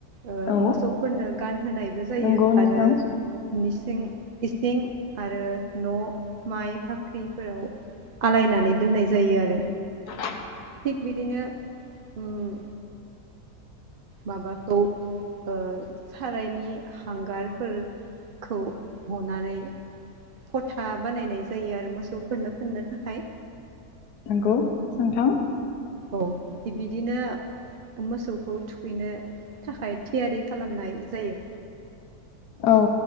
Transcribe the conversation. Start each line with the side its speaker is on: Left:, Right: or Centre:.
Right: ओ
Left: औ
Right: मोसौफोरनो गानहोनायबो जायो
Left: नंगौ नोंथां
Right: आरो निसिं इसिं आरो न' माइ भाख्रिफोराव आलायनानै दोननाय जायो आरो
Left: <inaudible>
Right: थिग बिदिनो ओम माबाखौ ओ-सारायनि हांगारफोर खौ हनानै। फथा बानायनाय जायो आरो मोसौफोरनो फोननो थाखाय।
Left: नंगौ नोंथां।
Right: औ थिग बिदिनो मोसौखौ थुखैनो थाखाय थियारि खालामनाय जायो।
Left: औ